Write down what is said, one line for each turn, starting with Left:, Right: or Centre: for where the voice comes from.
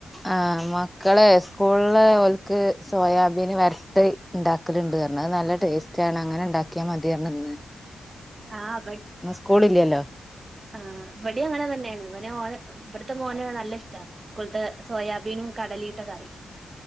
Centre: ആ മക്കളെ സ്കൂളില് ഓൽക്ക് സോയാബീന് വർത്തെ ഇണ്ടാക്കലുണ്ട് അത് നല്ല ടേസ്റ്റാണ് അങ്ങനെ ഇണ്ടാക്കിയാൽ മതീയർഞ്ഞ് ന്ന്
Right: ആ വട്
Centre: സ്കൂളില്ലല്ലോ
Right: ആ വടി അങ്ങനെതന്നെയാണ് ഓലെ ഇവട് ൺത്ത മോന് നല്ല ഇഷ്ടാ സ്കൂൾത്തെ സോയാബീനും കടലിട്ട കറി